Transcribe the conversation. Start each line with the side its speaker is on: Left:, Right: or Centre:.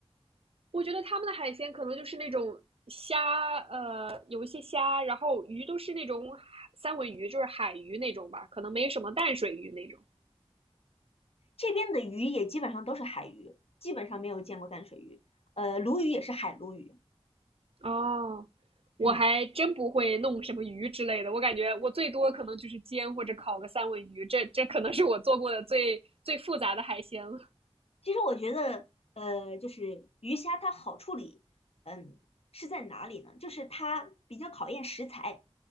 Right: 我觉得他们的海鲜可能就是那种虾，呃，有一些虾，然后鱼都是那种海三文鱼，就是海鱼那种吧，可能没什么淡水鱼那种。
Left: 这边的鱼也基本上都是海鱼，基本上没有见过淡水鱼。呃，鲈鱼也是海鲈鱼。
Right: 哦，我还真不会弄什么鱼之类的，
Left: 嗯，
Right: 我感觉我最多可能就是煎或者烤个三文鱼，这这可能是我做过的最最复杂的海鲜了。
Left: 其实我觉得，呃，就是鱼虾它好处理，嗯，是在哪里呢？就是它比较考验食材，